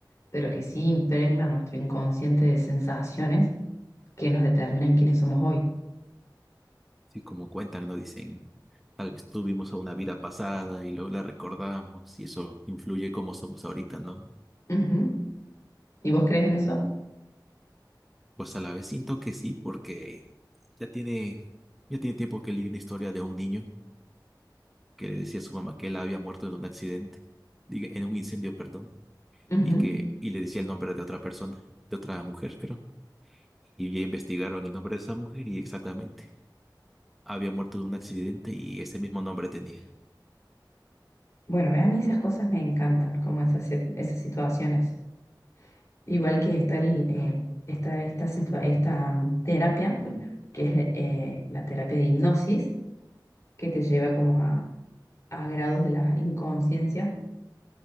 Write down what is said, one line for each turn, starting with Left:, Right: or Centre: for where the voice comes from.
Left: pero que sí impregnan nuestro inconsciente de sensaciones que nos determinan quiénes somos hoy.
Centre: sí, como cuentan, ¿no? Dicen, tal vez tuvimos una vida pasada y luego la recordamos y eso influye cómo somos ahorita, ¿no?
Left: Ujú. ¿Y vos crees en eso?
Centre: Pues a la vez siento que sí, porque ya tiene, ya tiene tiempo que leí una historia de un niño que le decía a su mamá que él había muerto en un accidente, diga, en un incendio, perdón,
Left: Ujú.
Centre: y que y le decía el nombre de otra persona, de otra mujer, creo. Y ya investigaron el nombre de esa mujer y exactamente había muerto de un accidente y ese mismo nombre tenía.
Left: Bueno, ve, a mí esas cosas me encantan, como esas, sit- esas situaciones. Igual que está el, eh, está esta, situa- esta mm, terapia, que es eh, la terapia de hipnosis que te lleva como a, a grados de la inconsciencia